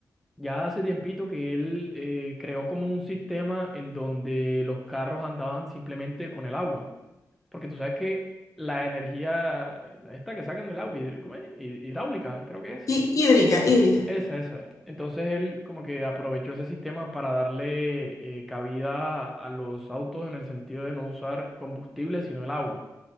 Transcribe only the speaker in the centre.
ya hace tiempito que él eh, creó como un sistema en donde los carros andaban simplemente con el agua, porque tú sabes que la energía, la esta que sacan del agua, hidr- ¿cómo es? Hid- hidráulica, creo que es
Esa, esa. Entonces él como que aprovechó ese sistema para darle eh, cabida a los autos en el sentido de no usar combustible, sino el agua.